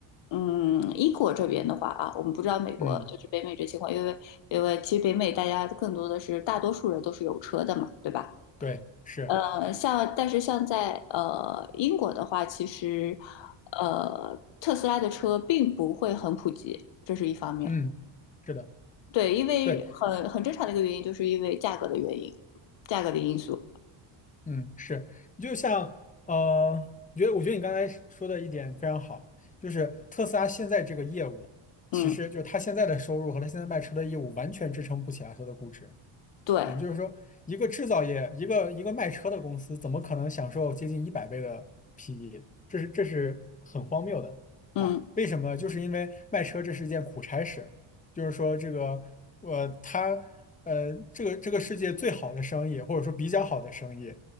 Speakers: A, on the left (about 60°); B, on the left (about 15°).
A: 嗯英国这边的话啊，我们不知道美国就是北美这情况，
B: 嗯，
A: 因为因为其实北美大家更多的是大多数人都是有车的嘛，对吧？
B: 对，是，
A: 呃，像但是像在呃英国的话，其实呃特斯拉的车并不会很普及，这是一方面。
B: 嗯，是的，
A: 对，因为很很正常的一个原因，
B: 对，
A: 就是因为价格的原因，价格的因素。
B: 嗯，是，就像呃，我觉得我觉得你刚才说的一点非常好，就是特斯拉现在这个业务，
A: 嗯，
B: 其实就是它现在的收入和它现在卖车的业务完全支撑不起来它的估值。
A: 对，
B: 啊，就是说，一个制造业，一个一个卖车的公司，怎么可能享受接近一百倍的 PE？这是这是很荒谬的啊！
A: 嗯，
B: 为什么？就是因为卖车这是一件苦差事，就是说这个，呃，它，呃，这个这个世界最好的生意，或者说比较好的生意，